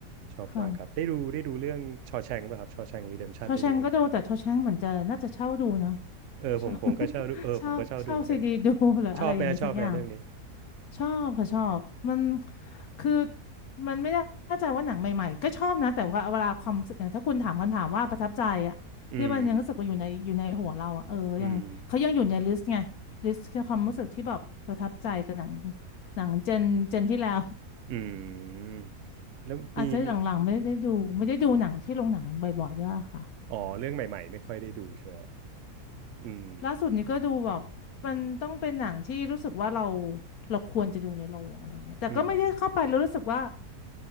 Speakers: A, on the right; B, on the left.
A: ชอบมากครับได้ดูได้ดูเรื่องชอ
B: ค่ะ
A: a ชงป่ะครับชอแชง Redemption
B: ชอแชงก็ดูแต่ชอแชงเหมือนจะน่าจะเช่าดูนะ
A: ได้ดูไหมเออผมผมก็ชอบดูเออผมก็ชอบดูเหมือนกัน
B: เช่า <laughs> เช่าเช่าซีดีดูหรืออะไรอย่างงี้สักอย่าง
A: ชอบแหมชอบแหมเรื่องนี้
B: ชอบค่ะชอบมันคือมันไม่ได้เ่าใจว่าหนังใหม่ๆก็ชอบนะแต่ว่าเวลาความรู้สึกเนี่ยถ้าคุณถามคำถามว่าประทับใจอะที่มันยังรู้สึกว่าอยู่ในอยู่ในหัวเราอะเออยังเขายังอยู่ในลิสต์ไงลิสต์คือความรู้สึกที่แบบประทับใจกับหนัง
A: อืมอืม
B: หนังเจนเจนที่แล้ว
A: อืมแล้วมีมี
B: อาจจะหลังๆไม่ได้ดูไม่ได้ดูหนังที่โรงหนังบ่อยๆเยอะค่ะ
A: อ๋อเรื่องใหม่ๆไม่ค่อยได้ดูใช่ไหมครับอืม
B: ล่าสุดนี้ก็ดูแบบมันต้องเป็นหนังที่รู้สึกว่าเราเราควรจะดูในโรงอะไรอย่างเงี้ยแต่ก็ไม่ได้เข้าไปแล้วรู้สึกว่า
A: อืม